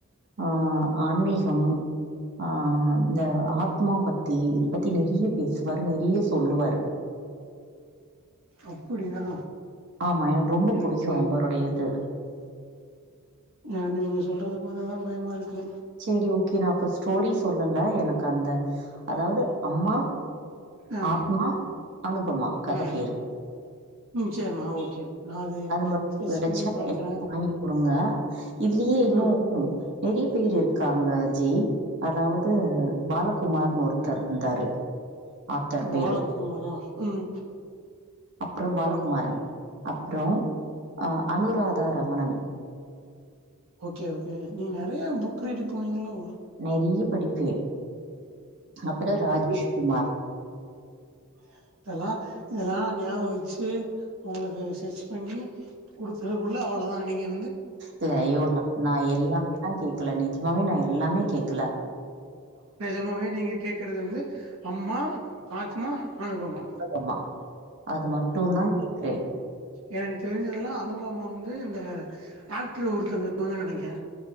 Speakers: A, on the right (about 55°); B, on the right (about 75°).
A: ஆ ஆன்மீகம் ஆ இந்த ஆத்மா பத்தி இத பத்தி நிறைய பேசுவார் நிறைய சொல்லுவாரு
B: அப்புடியா
A: ஆமா. ரொம்ப
B: எனக்கு
A: புடிக்கும்
B: பயொ
A: அவருடைய இது.
B: எனக்கு நீங்க சொல்றத பாத்தாதா பயமா இருக்கு
A: செரி ஓகே நான் இப்ப ஸ்டோரி சொல்லல எனக்கு அந்த அதாவது அம்மா
B: ஆ
A: ஆத்மா அனுபமா கத
B: ஆ
A: பேரு
B: ம் செரி நா ஓகே நா அது
A: மட்டும்
B: செர்ச்
A: கிடைச்சா
B: பண்ணி பாக்குறே
A: எனக்கு வாங்கி குடுங்க. இதுலயே இன்னும்,
B: ம்
A: நெறைய பேரு காங்கஜி, அதாவது பாலகுமார்னு ஒருத்தர் இருந்தாரு. ஆத்தர் பேரு
B: பாலகுமாரா ம்
A: அப்புறம் பாலகுமாரன், அப்புறோ அ அனுராதா ரமணன்.
B: ஓகே, ஓகே, நீங்க நெறைய புக் ரீடி போனீங்களோ
A: நறைய படிப்பே, அப்புறோ ராஜேஷ்குமார்
B: ஆ இதெல்லா, இதெல்லா ஞாபகோ வெச்சி, உங்களுக்கு சர்ச் பண்ணி குடுத்தறக்குள்ள அவ அவ்ளோதா நீங்கோ
A: இல்ல ஐயோ நோ நா எல்லாமேதா கேக்கல, நிஜ்மாவே நா எல்லாமே கேக்கல
B: நிஜமாவே நீங்க கேக்குறது வந்து, அம்மா, ஆத்மா அனுப்பமா
A: ஆமா அது மட்டு தா கேக்குறே
B: எனக்கு தெரிஞ்சதெல்லா அனுப்பமா வந்து, இந்த ஆக்டர் ஒருத்தங்கவங்க இருக்காங்க நெனைக்கே